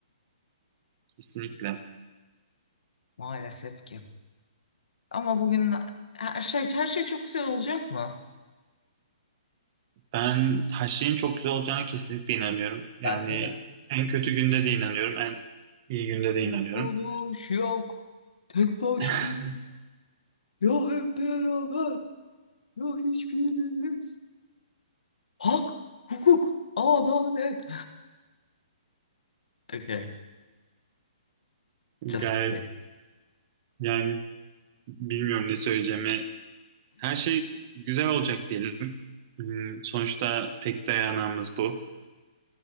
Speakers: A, on the right; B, on the left.
A: Kesinlikle.
B: Maalesef ki. Ama bugün her şey, her şey çok güzel olacak mı?
A: Ben her şeyin çok güzel olacağına kesinlikle inanıyorum. Yani
B: Bence de.
A: en kötü günde de inanıyorum, en iyi günde de
B: Mutluluş
A: inanıyorum.
B: yok. Tek başına.
A: <laughs>
B: Ya hep beraber. Ya hiçbirimiz. Hak, hukuk, adalet. Okay. Just
A: Gayet
B: kidding.
A: yani bilmiyorum ne söyleyeceğimi. Her şey güzel olacak diyelim. Hmm, Sonuçta tek dayanağımız bu.